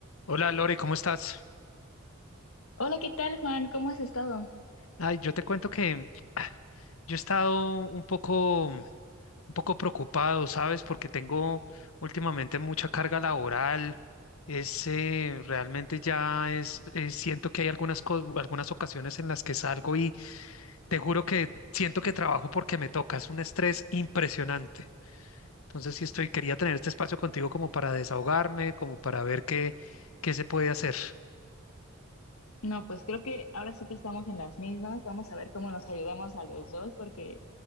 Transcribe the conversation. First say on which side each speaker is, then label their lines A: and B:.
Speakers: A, on the left (about 70°); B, on the left (about 85°).
A: Hola Lore, ¿cómo estás?
B: Hola, ¿qué tal, Juan? ¿Cómo has estado?
A: Ay, yo te cuento que yo he estado un poco, un poco preocupado, ¿sabes? Porque tengo últimamente mucha carga laboral. Es, eh, realmente ya es, eh, siento que hay algunas, co- algunas ocasiones en las que salgo y te juro que siento que trabajo porque me toca. Es un estrés impresionante. Entonces, sí estoy, quería tener este espacio contigo como para desahogarme, como para ver qué, qué se puede hacer.
B: No, pues creo que ahora sí que estamos en las mismas. Vamos a ver cómo nos ayudamos a los dos, porque